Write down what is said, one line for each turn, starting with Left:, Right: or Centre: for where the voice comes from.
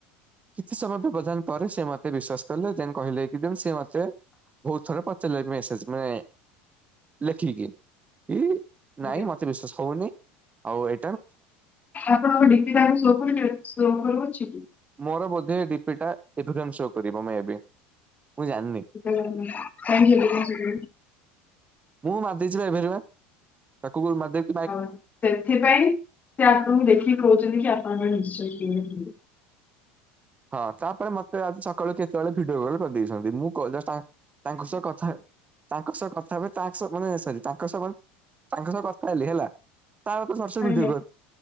Right: କିଛି ସମୟ ବ୍ୟବଧାନ ପରେ ସେ ମତେ ବିଶ୍ବାସ କଲେ ଦେନ୍ କହିଲେ କି ଯେ ସେ ମତେ ବହୁତ ଥର ପଚାରିଲେ ମେସେଜ ମାନେ ଲେଖିକି କି
Left: ଆଜ୍ଞା।
Right: ନାଇଁ ମତେ ବିଶ୍ଵାସ ହଉନି ଆଉ ଏ
Left: ଆପଣଙ୍କ ଡି ପି ତାଙ୍କୁ ସୋ କରି ସୋ କରୁ ଅଛି କି?
Right: ମୋର ବୋଧେ ଡି ପି ଟା ଏବେ ଦେନ ସୋ କରିବ ମେ ବି। ମୁଁ ଜାଣିନି।
Left: ହ କ <unintelligible>
Right: ମୁଁ ମାରିଦେଇଛି ବା ଏଭେଲେବେଲ ତାକୁ କୁ <unintelligible>
Left: ହଉ ସେଥିପାଇଁ ସେ ଆପଣଙ୍କୁ ଦେଖିକି କହୁଛନ୍ତି କି ଆପଣ ନିଶ୍ଚୟ କି
Right: ହଁ ତାପରେ ମତେ ଆଜି ସକାଳୁ କେତେବେଳେ ଭିଡିଓ କଲ କରିଦେଇଛନ୍ତି ମୁଁ କହୁ ତାଙ୍କ ସହ କଥା ତାଙ୍କ ସହ କଥା ହୁଏ ତାକ୍ସ ସ ମାନେ ସରି ତାଙ୍କ ସହ ତାଙ୍କ ସହ କଥା ହେଲି ହେଲା। ତା ପରେ ସେ
Left: ହେଲେ
Right: ଭିଡିଓ କଲ